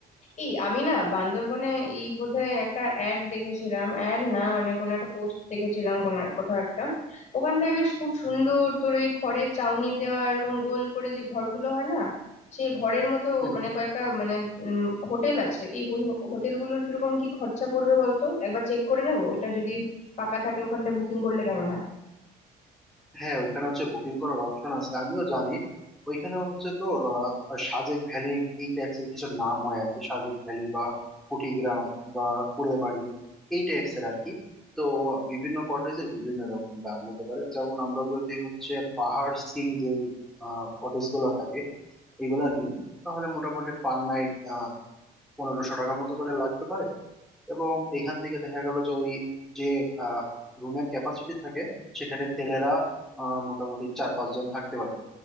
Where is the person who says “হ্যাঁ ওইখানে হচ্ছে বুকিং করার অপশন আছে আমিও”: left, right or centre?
Centre